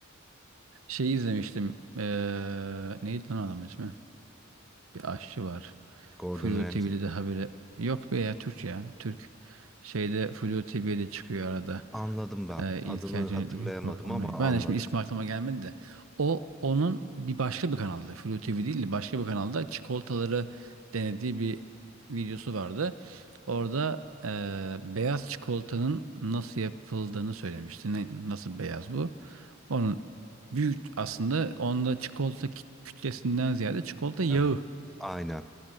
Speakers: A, on the right; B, in the centre.
A: Şeyi izlemiştim. Ee, neydi lan adamın ismi? Bir aşçı var.
B: Gordon
A: Flu
B: Ramsay.
A: TV'de de haberi. Yok be ya Türk ya. Türk. Şeyde Flu TV'de çıkıyor arada.
B: Anladım ben.
A: E,
B: Adını
A: İlker Cennetli
B: hatırlayamadım
A: Gün programına.
B: ama anladım.
A: Ben de şimdi ismi aklıma gelmedi de. O onun bir başka bir kanalda. Flu TV değil de başka bir kanalda çikolataları denediği bir videosu vardı. Orada e, beyaz çikolatanın nasıl yapıldığını söylemişti. Ne, nasıl beyaz bu? Onun büyük aslında onda çikolata kit- kütlesinden ziyade çikolata yağı
B: Evet. Aynen.